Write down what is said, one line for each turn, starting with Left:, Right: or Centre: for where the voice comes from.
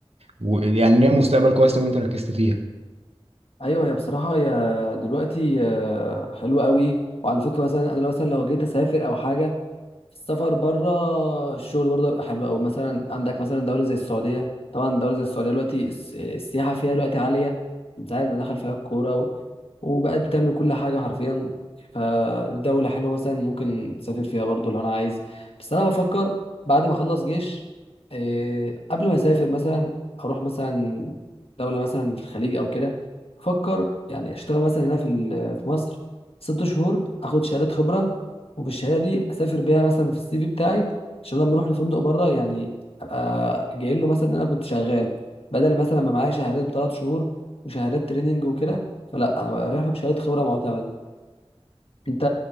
Right: ويعني ليها مستقبل كويس لو انت ركزت فيها
Left: ايوه هي بصراحه هي دلوقتي آه، حلوه قوي وعلى فكره مثلا انا مثلا لو جيت اسافر او حاجه السفر بره الشغل برضه يبقى حلو قوي مثلا عندك مثلا دوله زي السعوديه طبعا دوله زي السعوديه دلوقتي الس- السياحه فيها دلوقتي عاليه من ساعه ما دخل فيها الكوره وبقت بتعمل كل حاجة حرفيا فدولة حلوة مثلا ممكن أسافر فيها برضو لو أنا عايز بس أنا بفكر بعد ما أخلص جيش إيه قبل ما أسافر مثلا أروح مثلا دولة مثلا في الخليج أو كده بفكر يعني أشتغل مثلا هنا في ال- في مصر ست شهور أخد شهادة خبرة وبالشهادة دي أسافر بيها مثلا في السي في بتاعي عشان لما أروح لفندق بره يعني أبقى جاي له مثلا إن أنا كنت شغال بدل مثلا ما معايا شهادات بثلاث شهور وشهادات تريننج وكده فلا انا بريح له بشهاده خبره معتمده انت